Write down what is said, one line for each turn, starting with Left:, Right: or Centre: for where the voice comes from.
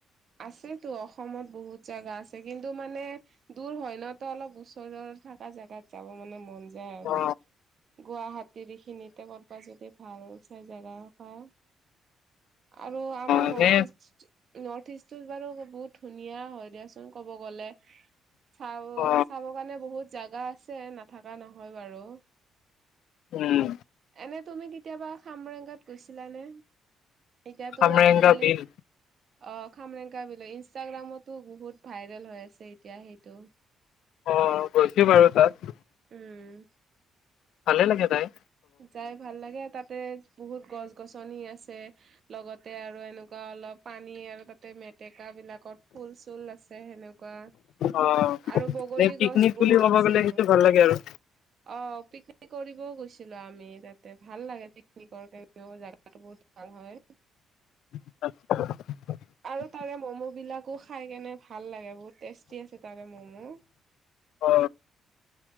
Right: আছেতো অসমত বহুত জাগা আছে, কিন্তু মানে দূৰ হয় ন' তো অলপ ওচৰৰ থকা জোগাত যাব মানে মন যায় আৰু,
Left: অ
Right: গুৱাহাটীৰখিনিতে কৰ'বাত যদি ভাল চাই জেগা বা আৰু আমাৰ
Left: এনে
Right: নৰ্থ ইষ্ট নৰ্থ ইষ্টো বাৰু বহুত ধুনীয়া হয় দিয়াচোন ক'ব গ'লে। চাব
Left: অ
Right: চাব কাৰণে বহুত জাগা আছে নাথকা নহয় বাৰু।
Left: উম।
Right: এনে তুমি কেতিয়াবা খামৰেংগাত গৈছিলানে? এতিয়াতো
Left: খামৰেংগা
Right: আজিকালি
Left: বিল
Right: অ' খামৰেংকাবিল ইনষ্টাগ্ৰামতো বহুত ভাইৰেল হৈ আছে এতিয়া সেইটো।
Left: অ' গৈছি বাৰু তাত।
Right: উম।
Left: ভালে লাগে যায়।
Right: যাই ভাল লাগে? তাতে বহুত গছ গছনি আছে, লগতে আৰু এনেকুৱা অলপ পানী আৰু তাতে মেট ডেকা বিলাকত ফুল চুল আছে সেনেকুৱা।
Left: অ
Right: আৰু বগৰী
Left: এনে পিকনিক
Right: গছ বহুত
Left: বুলি ক'ব
Right: আছে
Left: গ'লে
Right: বাৰু।
Left: সেইটো ভাল লাগে আৰু
Right: অ', পিকনিক কৰিবও গৈছি আমি তাতে ভাল লাগে পিকনিকৰ কাৰণেও জাগাটো বহুত ভাল হয়।
Left: <inaudible>
Right: আৰু তাৰে মম বিলাকো খাই কেনে ভাল লাগে বহুত টেষ্টি আছে তাৰে মমো।
Left: অ